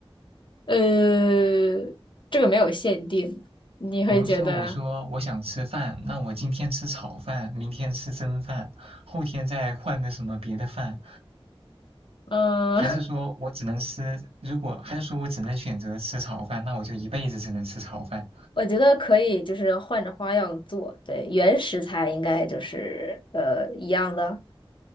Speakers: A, on the left (about 55°); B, on the right (about 80°).
A: 呃，这个没有限定，你会觉得，
B: 比如说，我说我想吃饭，那我今天吃炒饭，明天吃蒸饭，后天再换个什么别的饭，
A: 嗯、
B: 还是说我只能吃，如果还是说我只能选择吃炒饭，那我就一辈子只能吃炒饭。
A: <laughs> 我觉得可以，就是换着花样做。对，原食材应该就是呃一样的。